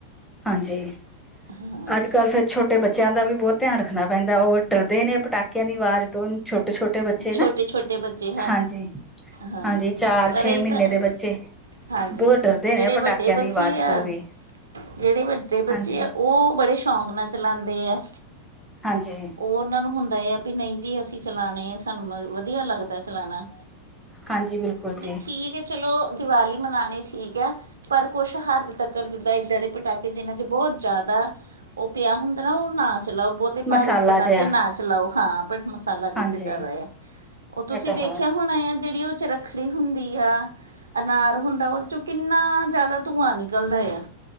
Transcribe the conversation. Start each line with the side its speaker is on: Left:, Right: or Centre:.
Centre: ਹਾਂਜੀ,
Right: ਹਾਂਜੀ
Centre: ਅੱਜ- ਕੱਲ੍ਹ ਫਿਰ ਛੋਟੇ ਛੋਟੇ ਬੱਚਿਆਂ ਦਾ ਵੀ ਬਹੁੱਤ ਧਿਆਨ ਰੱਖਣਾ ਪੈਂਦਾ ਹੈ। ਉਹ ਡਰਦੇ ਨੇ ਪਟਾਕਿਆਂ ਦੀ ਆਵਾਜ਼ ਤੋਂ ਛੋਟੇ -ਛੋਟੇ ਬੱਚੇ
Right: ਛੋਟੇ
Centre: ਨਾ,
Right: ਛੋਟੇ ਬੱਚੇ
Centre: ਹਾਂਜੀ।
Right: ਹਾਂ
Centre: ਹਾਂਜੀ, ਚਾਰ-
Right: ਪਰ
Centre: ਛੇ
Right: ਇੱਦਾਂ
Centre: ਮਹੀਨੇ ਦੇ ਬੱਚੇ।
Right: ਹਾਂਜੀ
Centre: ਬਹੁੱਤ
Right: ਅਤੇ
Centre: ਡਰਦੇ
Right: ਜਿਹੜੇ
Centre: ਨੇ ਪਟਾਕਿਆਂ
Right: ਵੱਡੇ
Centre: ਦੀ
Right: ਬੱਚੇ
Centre: ਆਵਾਜ਼
Right: ਆ
Centre: ਤੋਂ ਵੀ।
Right: ਜਿਹੜੇ ਵੱਡੇ ਬੱਚੇ
Centre: ਹਾਂਜੀ
Right: ਆ ਉਹ ਬੜੇ ਸ਼ੌਕ ਨਾਲ ਚਲਾਉਂਦੇ ਆ।
Centre: ਹਾਂਜੀ
Right: ਉਹ ਉਹਨਾਂ ਨੂੰ ਹੁੰਦਾ ਆ ਵੀ ਨਹੀਂ ਜੀ ਅਸੀਂ ਚਲਾਣੇ ਆ ਸਾਨੂੰ ਵਧੀਆ ਲੱਗਦਾ ਚਲਾਣਾ।
Centre: ਹਾਂਜੀ ਬਿਲਕੁਲ
Right: ਨੀ
Centre: ਜੀ
Right: ਠੀਕ ਹੈ ਚਲੋ ਦੀਵਾਲੀ ਮਨਾਣੀ ਠੀਕ ਹੈ। ਪਰ ਕੁੱਛ ਹੱਦ ਤੱਕਰ ਜਿੱਦਾਂ ਇੱਦਾਂ ਦੇ ਪਟਾਕੇ ਜਿਨਨਾਂ ਚ ਬਹੁਤ ਜ਼ਿਆਦਾ ਉਹ ਪਿਆ ਹੁੰਦਾ ਨਾ ਉਹ ਨਾ ਚਲਾਓ ਬਹੁਤੇ ਭਾਰੇ
Centre: ਮਸਾਲਾ
Right: ਪਟਾਕੇ
Centre: ਜਿਹਾ
Right: ਨਾ ਚਲਾਓ ਹਾਂ ਬਟ ਮਸਾਲਾ
Centre: ਹਾਂਜੀ
Right: ਜੀਛ ਚ ਜ਼ਿਆਦਾ ਆ। ਉਹ ਤੁਸੀ
Centre: ਇਹ ਤਾਂ
Right: ਦੇਖਿਆ
Centre: ਹੈ
Right: ਹੋਣਾ ਆ ਜਿਹੜੀ ਉਹ ਚ ਚੱਰਖੜੀ ਹੁੰਦੀ ਆ, ਅਨਾਰ ਹੁੰਦਾ ਉਹਦੇ ਚੋਂ ਕਿੰਨਾ ਜ਼ਿਆਦਾ ਧੂੰਆਂ ਨਿਕਲਦਾ ਆ।